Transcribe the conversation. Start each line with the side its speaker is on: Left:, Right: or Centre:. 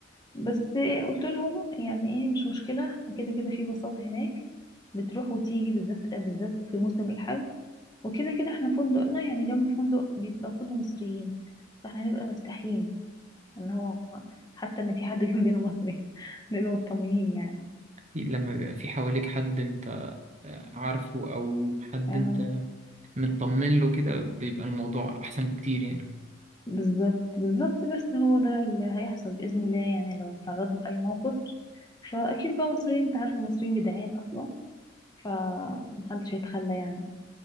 Left: بس قلت لهم يعني ايه مش مشكلة احنا كده كده في بساطة هناك بتروح وتيجي بالذات بالذات في موسم الحج وكده كده احنا فندقنا يعني جنب فندق بيبقى كله مصريين فاحنا هنبقى مرتاحين ان هو حتى ان في حد جنبنا مصري <laughs> هنبقى مطمنين يعني
Right: لما بيبقى في حواليك حد أنت عارفه أو حد
Left: اه
Right: أنت مطمن له كده بيبقى الموضوع أحسن بكتير يعني
Left: بالظبط بالظبط بس هو ده اللي هيحصل بإذن الله يعني لو تعرضنا لأي موقف فأكيد بقى مصريين انت عارفة المصريين جدعان أصلا فمحدش هيتخلى يعني